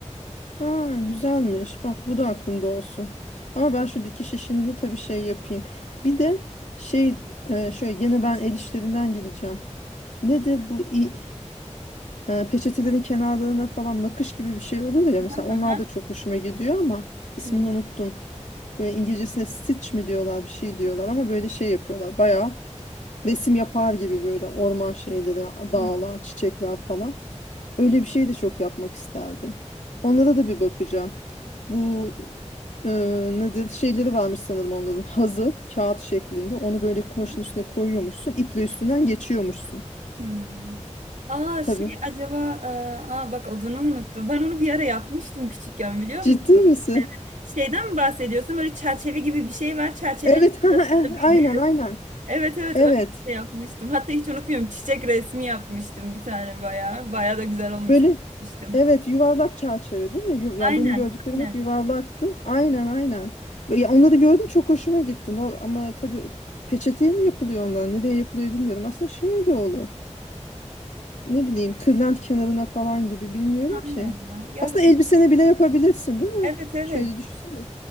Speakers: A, on the left; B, on the right.
A: Ha, güzelmiş. Bak bu da aklımda olsun. Ama ben şu dikiş işini de tabii şey yapayım. Bir de şey e, şöyle gene ben el işlerinden gideceğim. Nedir bu i- e, peçetelerin kenarlarına falan nakış gibi bir şey olur ya.
B: Hı
A: Mesela onlar da çok hoşuma gidiyor ama ismini
B: hı.
A: unuttum. Böyle İngilizcesine stitch mi diyorlar bir şey diyorlar ama böyle şey yapıyorlar. Bayağı resim yapar gibi böyle orman şeyleri, dağlar,
B: Hı
A: çiçekler falan. Öyle bir şey de çok yapmak isterdim. Onlara da bir bakacağım. Bu e, nedir şeyleri varmış sanırım onların hazı kağıt şeklinde. Onu böyle kumaşın
B: hı.
A: üstüne koyuyormuşsun. iple üstünden geçiyormuşsun.
B: Hmm. Aa
A: Tabii.
B: şey acaba e, aa, bak odunu unuttum. Ben onu bir ara yapmıştım küçükken biliyor
A: Ciddi
B: musun?
A: misin?
B: Evet. Şeyden mi bahsediyorsun? Böyle çerçeve gibi bir şey var. Çerçevenin
A: Evet. <laughs> ha,
B: ortasında
A: ha, ha,
B: bir
A: Aynen
B: bez.
A: aynen.
B: Evet evet
A: Evet.
B: öyle bir şey yapmıştım. Hatta hiç unutmuyorum. Çiçek resmi yapmıştım bir tane bayağı. Bayağı da güzel olmuştum.
A: Böyle evet yuvarlak çerçeve değil mi? Yu-
B: Aynen
A: Yani benim gördüklerim
B: aynen.
A: hep yuvarlaktı. Aynen aynen. Ve Ya onları gördüm çok hoşuma gitti. No- Ama tabii peçeteye mi yapılıyor onlar? Nereye yapılıyor bilmiyorum. Aslında şey de olur. ne bileyim kırlent kenarına falan gibi bilmiyorum
B: Aynen
A: ki.
B: ya. Ya
A: Aslında
B: da-
A: elbisene bile yapabilirsin değil mi?
B: evet evet.
A: Şöyle düşünsene.